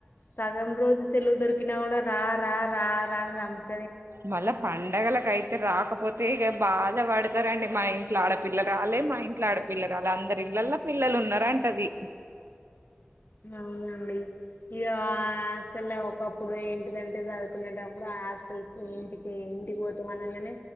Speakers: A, on the left (about 55°); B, on the right (about 80°).
A: సగం రోజు సెలవు దొరికినా గూడ రా - రా - రా - ప్రాణం
B: మళ్ళ పండగలక్ ఇట్లైతే రాకపోతే ఇక బాధ పడతారండి మా ఇంట్ల ఆడపిల్ల రాలే మా ఇంట్ల ఆడపిల్ల రాలే అందరి ఇళ్లల్ల పిల్లలు ఉన్నారంటది.
A: అవునండి ఇగ హాస్టల్ల ఒకప్పుడు ఏంటిదంటే సదువుకునేటప్పుడు ఆ హాస్టల్కి ఇంటికి ఇంటికి పోతం అనగానే